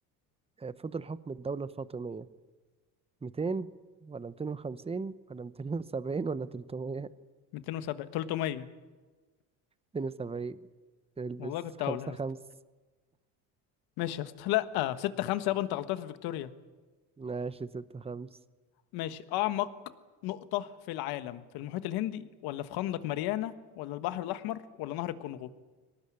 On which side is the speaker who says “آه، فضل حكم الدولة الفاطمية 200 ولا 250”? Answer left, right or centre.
Right